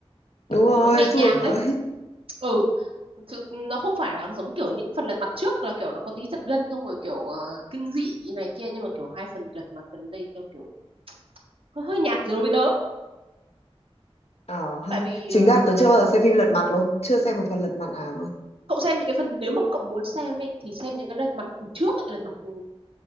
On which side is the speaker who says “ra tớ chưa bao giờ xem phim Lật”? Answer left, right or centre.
Left